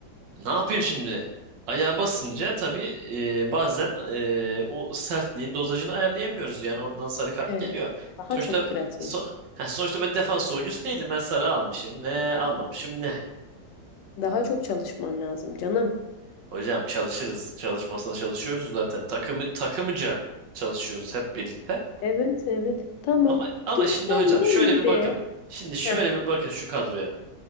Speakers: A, on the right; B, on the left.
A: Ne yapayım şimdi? Ayağa basınca tabii e, bazen e, o sertliğin dozajını ayarlayamıyoruz. Yani oradan sarı kart
B: Evet.
A: geliyor.
B: Daha
A: Sonuçta
B: çok pratik.
A: so- ha, sonuçta ben defans oyuncusu değilim. Ben sarı almışım. Ne almamışım ne?
B: Daha çok çalışman lazım canım.
A: Hocam çalışırız. Çalışmasına çalışıyoruz zaten. Takımı takımıca çalışıyoruz hep birlikte.
B: Evet, evet. Tamam.
A: Ama ama
B: Değil
A: şimdi
B: mi? Sen
A: hocam
B: değil
A: şöyle
B: yedi.
A: bir bakın. Şimdi şöyle
B: Heh,
A: bir bakın şu kadroya.